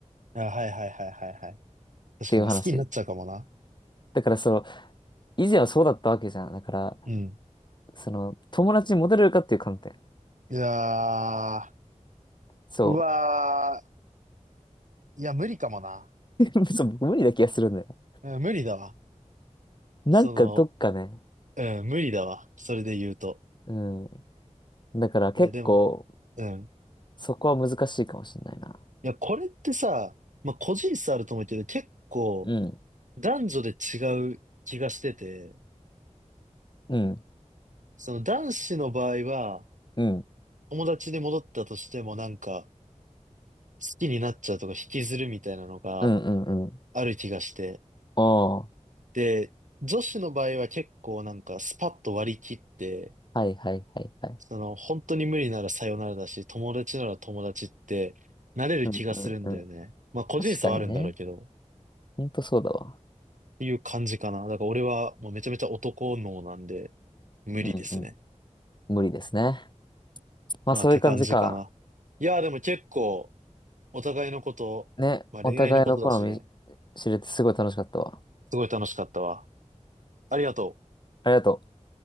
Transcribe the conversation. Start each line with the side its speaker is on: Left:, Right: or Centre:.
Right: あ、はいはいはいはいはい。
Left: っていう話。
Right: 確かに、好きになっちゃうかもな。
Left: だからその、以前はそうだったわけじゃん。だから、
Right: うん。
Left: その、友達にモテれるかっていう観点。
Right: いやあ、
Left: そ
Right: うわー、いや、無理かもな。
Left: う。<laughs> そう、僕無理な気がするんだよ。
Right: うん、無理だわ。
Left: なんかどっかね、
Right: その、うん、無理だわ。それで言うと。
Left: うん。だから結構、
Right: いや、でも、うん。
Left: そこは難しいかもしれないな。
Right: いや、これってさ、まあ、個人差あると思うけど、結構、
Left: うん、
Right: 男女で違う気がしてて、
Left: うん、
Right: その男子の場合は、
Left: うん、
Right: 友達に戻ったとしてもなんか、好きになっちゃうとか引きずるみたいなのが
Left: うん、うん、うん。
Right: ある気がして、
Left: おー、
Right: で、女子の場合は結構なんかスパッと割り切って、
Left: はいはいはいはい。
Right: その本当に無理ならさよならだし、友達なら友達ってなれる気がするんだよね。
Left: うん、うん、うん。
Right: まあ個人差はあるんだろうけど、
Left: 確かにね。
Right: っ
Left: ほんとそうだわ。
Right: ていう感じかな。だから俺はもうめちゃめちゃ男脳なんで無理ですね。
Left: うん、うん。無理ですね。まあそういう感じか。
Right: まあって感じかな。いやーでも結構お互いのこと、
Left: ね、
Right: まあ恋愛のことだしね、
Left: お互いの好み知れてすごい楽しかったわ。
Right: すごい楽しかったわ。ありがとう。
Left: ありがとう。